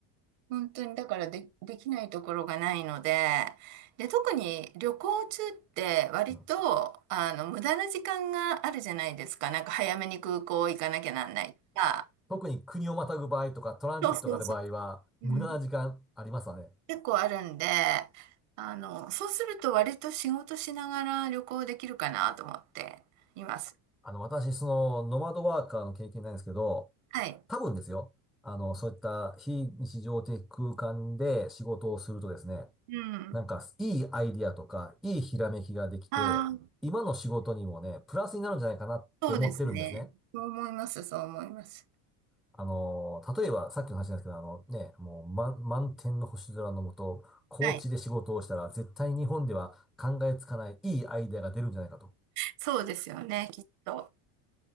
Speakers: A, on the right; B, in the centre.
A: 本当にだからで、できないところがないので、で、特に旅行中って割と、
B: うん
A: あの、無駄な時間があるじゃないですか。なんか早めに空港行かなきゃなんないとか。
B: 特に国をまたぐ場合とか、トランジットがある場合は、
A: そうそうそう。うん。
B: 無駄な時間ありますわね。
A: 結構あるんで、あの、そうすると割と仕事しながら旅行できるかなと思っていいます
B: あの、私、その、ノマドワーカーの経験ないんですけど、
A: はい
B: 多分ですよ。あの、そういった非日常的空間で仕事をするとですね、
A: うん
B: なんか、いいアイディアとか、いいひらめきができて、
A: ああ
B: 今の仕事にもね、プラスになるんじゃないかなって思ってるんですね。
A: そうですね。そう思います、そう思います。
B: あの、例えば、さっきの話なんですけど、あのね、もう、ま、満天の星空の下、高地で仕事をしたら、
A: はい。
B: 絶対日本では考えつかないいいアイデアが出るんじゃないかと。
A: そうですよね、きっと。